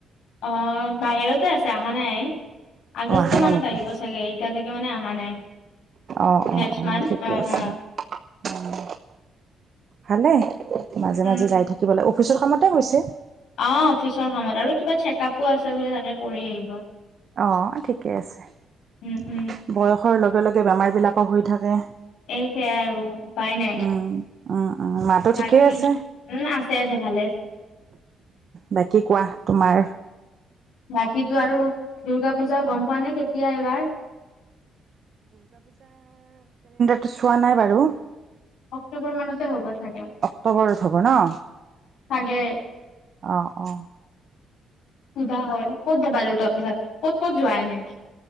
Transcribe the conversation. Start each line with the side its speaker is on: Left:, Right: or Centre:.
Left: অ', বাহিৰতে আছে অহা নাই। আগষ্ট
Right: অঁ অহা
Left: মানত
Right: নাই নেকি
Left: আহিব চাগে। এতিয়ালৈকে মানে আহা নাই।
Right: অ',
Left: নেক্সট
Right: অ', অ'
Left: মান্থ
Right: ঠিকে আছে
Left: অ',
Right: বাৰু। উম ভালে। মাজে-মাজে
Left: উম,
Right: যাই থাকিব লাগে। অফিচৰ কামতে গৈছে।
Left: অ', অফিচৰ কামত। আৰু কিবা চেকআপো আছে বোলে তাকো কৰি আহিব।
Right: অ', ঠিকে আছে,
Left: উম
Right: বয়সৰ
Left: উম
Right: লগে লগে বেমাৰ বিলাকো হৈ থাকে।
Left: এই সেয়াই আৰু উপাই নাই।
Right: উম উম উম মা তো
Left: বাকী
Right: ঠিকে আছে,
Left: উম আছে আছে ভালে আছে
Right: বাকী কোৱা? তোমাৰ
Left: বাকীতো আৰু, দুৰ্গা পূজাও গম পোৱা নে কেতিয়া এবাৰ?
Right: টো চোৱা নাই বাৰু।
Left: অক্টোবৰ মানতে হ'ব। চাগে
Right: অক্টোবৰত হ'ব ন,
Left: চাগে
Right: অ অ
Left: কিবা হয় ক'ত যাবা আৰু? দুৰ্গা পজাত ক'ত ক'ত যোৱা এনেই?